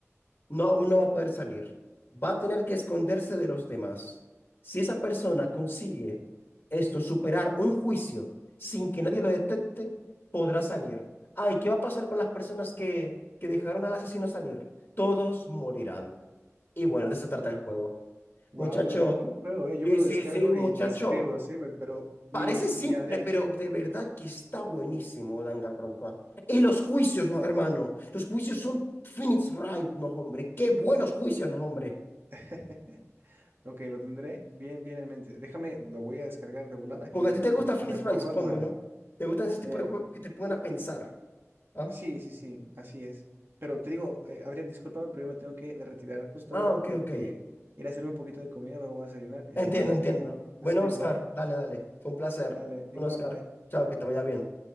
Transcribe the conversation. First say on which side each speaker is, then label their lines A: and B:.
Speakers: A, on the left; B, on the right.
A: no, aún no va a poder salir, va a tener que esconderse de los demás. Si esa persona consigue esto, superar un juicio sin que nadie lo detecte, podrá salir. Ay, ¿qué va a pasar con las personas que, que dejaron al asesino salir? Todos morirán. Y bueno, de eso trata el juego.
B: Guau,
A: Muchacho,
B: pero qué buen juego, ¿eh? Yo
A: sí,
B: me lo
A: sí,
B: descargo
A: sí, muchacho.
B: y te escribo, sí, Me- pero mi,
A: Parece simple,
B: mi Adrián.
A: pero de verdad que está buenísimo, Danganronpa. Y los juicios, hermano. Los juicios son Phoenix Wright, no, hombre. Qué buenos juicios, no, hombre.
B: <laughs> Ok, lo tendré bien, bien en mente. Déjame, lo voy a descargar de volada
A: Porque
B: y
A: a ti te
B: nos-
A: gusta Phoenix
B: me pongo
A: Wright, supongo,
B: a jugar.
A: ¿no? ¿Te gustan ese tipo
B: Eh,
A: de juegos que te pongan a pensar? ¿Ah?
B: sí, sí, sí, así es. Pero te digo, eh, Adrián, discúlpame, pero yo me tengo que de retirar justo
A: Ah,
B: ahora.
A: ok,
B: Tengo
A: ok.
B: que ir a hacerme un poquito de comida, me voy a desayunar y
A: Entiendo,
B: nos vemos.
A: entiendo. Bueno,
B: Te escribo,
A: Oscar,
B: ¿va?
A: dale, dale. Fue un placer.
B: Vale,
A: Bueno,
B: igual,
A: Oscar,
B: bye.
A: chao, que te vaya bien.